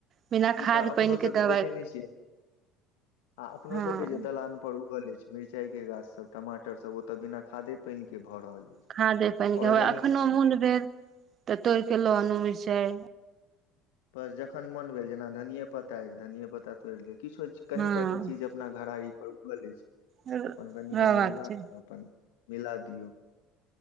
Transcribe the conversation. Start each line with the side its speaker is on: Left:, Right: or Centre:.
Right: बिना
Left: से
Right: खाद
Left: तऽ अपनो
Right: पानि
Left: सब
Right: दवाइ
Left: के देखे ने छियै आ अपनो
Right: हँ
Left: सब के जे दलान पर उगल अछि। मिरचाई के गाछ सब टमाटर सब ओत बिना खादे पानि के भऽ रहल अछि
Right: खादे पानि
Left: ऑर्गेनिक
Right: के वैह अखनो
Left: भऽ गेल,
Right: मोन भेल तऽ तोईड़ के लो आनू। मिर्चाई
Left: पर जख जखन मोन भेल जेना धनिए पत्ता अछि धनिये पता तोड़ि लिय। किछो कनी
Right: हँ
Left: कनी चीज अपना घरारी रोपल अछि
Right: रहबाक
Left: अपन कनी कनी उगा
Right: चाही
Left: क अपन मिला दियौ